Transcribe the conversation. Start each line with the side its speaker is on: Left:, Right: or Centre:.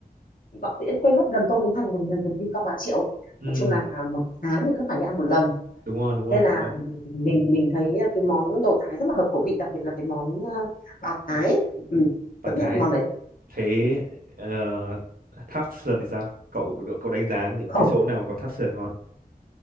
Left: Vọng Tiễn quên mất gần Tô Hiến Thành gần gần, gần Vincom Bà Triệu ấy.
Right: ừ
Left: nói chung là một tháng thì cứ phải đi ăn một lần
Right: đúng rồi đúng rồi
Left: nên là
Right: đúng rồi
Left: mình mình thấy cái món đồ Thái rất là hợp khẩu vị đặc biệt là cái món ờ, bạt Thái ấy. ừ,
Right: bản
Left: tớ thích
Right: Thái
Left: ăn cái món đấy
Right: thế ờ, tháp sườn thì sao cậu cậu đánh giá những
Left: không
Right: cái chỗ nào mà có tháp sườn ngon